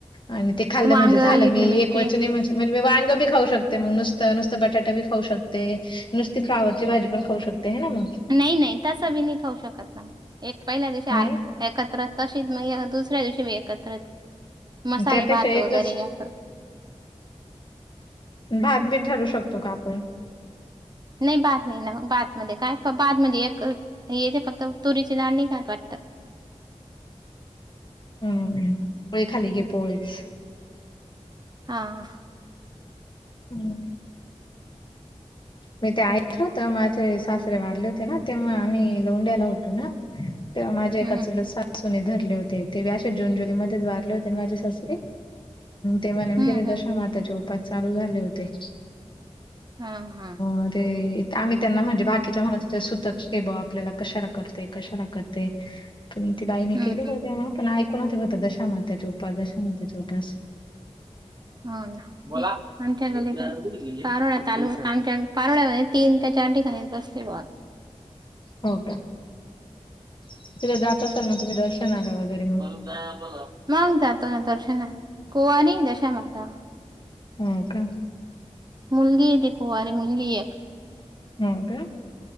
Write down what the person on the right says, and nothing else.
वांग
हिरवी
मिरची
नाई -नाई तसं बी नई खाऊ शकत ना, एक पहिल्या दिवशी
आर एकत्र, तशीच म दुसऱ्या दिवशी बी एकत्रच मसाले
भात
वगैरे अस.
नई. भात नई ना भातमध्ये काय, भात म्हणजे, एक हे फक्त तुरीची डाळ नाही खात वाटत.
हा
हम्म
हम्म
हम्म
हा-हा.
हम्म
हम्म
हो ना बोला <unintelligible> पारोळा चालु, आमच्यान पारोळ्यामध्ये तीन का चार ठिकाणी बसते ब
मग जातो ना दर्शनाला, कुवारी दशा माता.
मुलगीय ती कुवारी मुलगी ये.